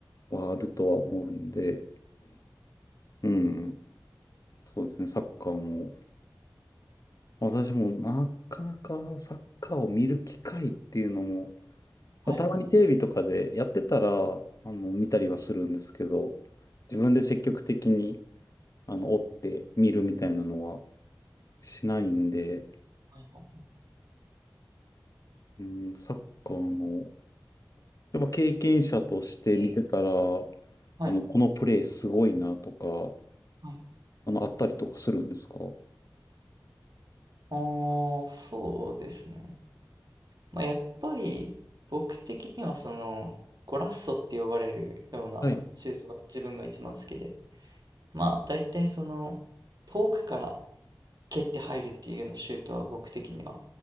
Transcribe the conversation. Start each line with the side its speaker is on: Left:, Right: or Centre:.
Left: はあるとは思うんで、うん、そうですね、サッカーも、私もなかなかサッカーを見る機会っていうのも、
Right: はい。
Left: まあ、たまにテレビとかでやってたら、
Right: はいはいはい。
Left: あの、見たりはするんですけど、自分で積極的に、あの、追って見るみたいなのはしないんで、
Right: はいはいはいはい。
Left: うん、サッカーの、やっぱ経験者として見てたら、
Right: え
Left: あ
Right: はい
Left: の、このプレーすごいなとか、
Right: はい。
Left: あの、あったりとかするんですかは
Right: ああ、そうですね。まあ、やっぱり僕的にはそのゴラッソって呼ばれるようなシュートが自分が一番好きで、
Left: い。
Right: まあ大体その遠くから蹴って入るっていうようなシュートは僕的には